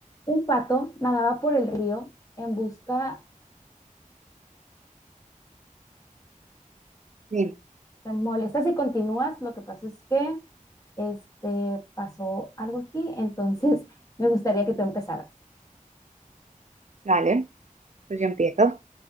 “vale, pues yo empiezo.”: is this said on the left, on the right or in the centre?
Right